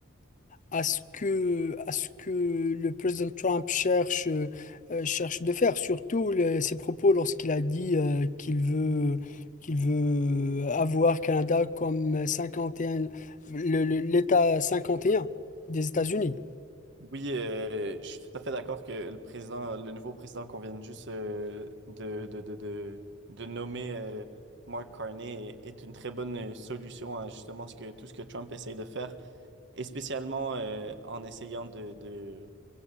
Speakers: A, on the left; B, on the right.
A: à ce que, à ce que le président Trump cherche, euh, euh, cherche de faire, surtout le- ses propos lorsqu'il a dit euh, qu'il veut, qu'il veut euh, avoir Canada comme 51, le- le- l'État 51 des États-Unis.
B: Oui, euh, je suis tout à fait d'accord que le président, le nouveau président qu'on vient juste euh, de, de, de, de, de nommer euh, Mark Carney est une très bonne euh, solution à justement ce que, tout ce que Trump essaye de faire, et spécialement euh, en essayant de, de,